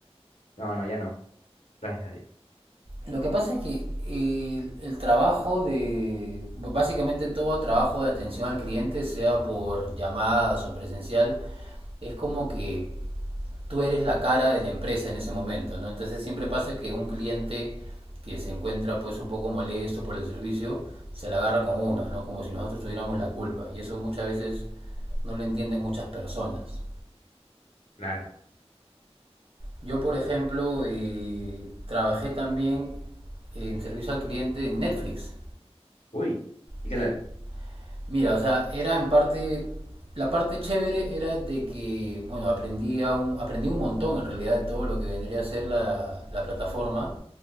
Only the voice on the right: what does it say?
Lo que pasa es que eh, el trabajo de, básicamente todo trabajo de atención al cliente, sea por llamadas o presencial, es como que tú eres la cara de la empresa en ese momento, ¿no? Entonces siempre pasa que un cliente que se encuentra pues un poco molesto por el servicio, se la agarra con uno, ¿no? Como si nosotros tuviéramos la culpa. Y eso muchas veces no lo entienden muchas personas.
Yo, por ejemplo, eh, trabajé también en servicio al cliente en Netflix.
Sí.
Mira, o sea, era en parte, la parte chévere era de que, bueno, aprendí, a un, aprendí un montón en realidad de todo lo que vendría a ser la, la plataforma.